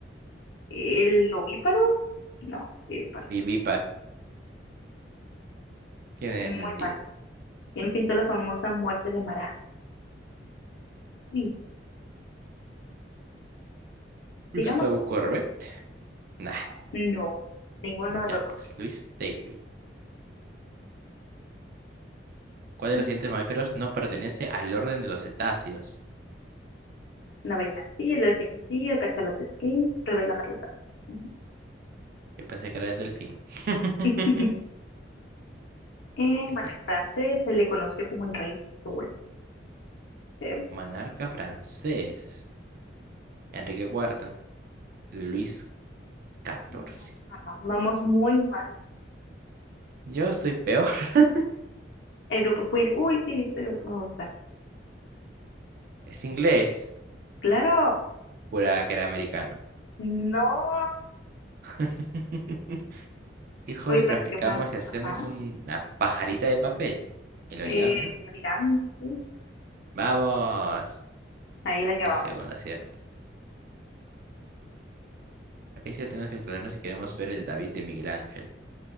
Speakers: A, on the left; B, on the right.
A: ¿El ovíparo? No, el ovíparo.
B: Viví Tiene
A: Muy
B: sentido.
A: mal. ¿Quién pintó la famosa muerte de Marat? Sí, digamos,
B: Gustavo Corbett. Nah.
A: no. Ninguno de
B: Jacques
A: los dos.
B: Louis David. ¿Cuál de
A: Mm,
B: los siguientes mamíferos no pertenece al orden de los cetáceos?
A: La ballena sí, el delfín sí, el cachalote sí, tal vez la merluza. Ujú.
B: Yo pensé que era el delfín. <laughs>
A: <laughs> En
B: Es
A: monarca
B: que
A: francés se le conoció como el rey sol. Eh,
B: monarca francés. Enrique IV. Luis XIV.
A: no, jamás. Vamos muy mal.
B: Yo estoy peor. <laughs>
A: El grupo Queen. Uy, sí, este grupo me gusta.
B: Es inglés.
A: Claro.
B: Juraba que era americano.
A: No.
B: <laughs> ¿Qué hobby
A: Hoy practicamos.
B: practicamos si hacemos
A: Ajá.
B: una pajarita de papel? El origami,
A: Eh,
B: ¿no?
A: el origami, sí.
B: ¡Vamos!
A: Ahí la llevamos.
B: Mi segundo acierto. Acá sí tenemos que explorarnos si queremos ver el David de Miguel Ángel.